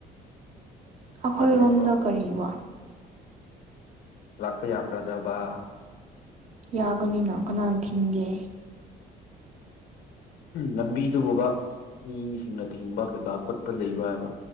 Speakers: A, on the right (about 45°); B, on the left (about 85°).
A: ꯑꯩꯈꯣꯏꯔꯣꯝꯗ
B: ꯕꯟ ꯂꯩꯕ꯭ꯔꯣ
A: ꯀꯔꯤꯕꯣ
B: ꯂꯥꯛꯄ ꯌꯥꯒ꯭ꯔꯗ꯭ꯔꯕ
A: ꯌꯥꯒꯅꯤꯅ ꯀꯅꯥꯅ ꯊꯤꯟꯒꯦ
B: ꯂꯝꯕꯤꯗꯨꯗꯕ ꯃꯤꯁꯤꯡꯅ ꯊꯤꯡꯕ ꯀꯩꯀꯥ ꯈꯣꯠꯄ ꯂꯩꯕ꯭ꯔꯥ ꯍꯥꯏꯕ